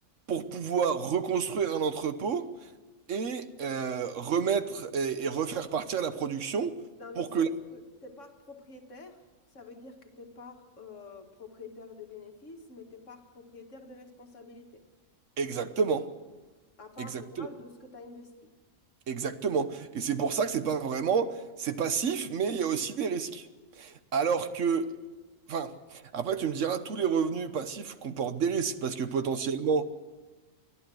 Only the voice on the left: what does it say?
Donc, dans le
sens
que t'es part propriétaire, ça veut dire que t'es part euh, propriétaire des bénéfices, mais t'es part propriétaire des responsabilités,
à part
égale de ce que tu as investi.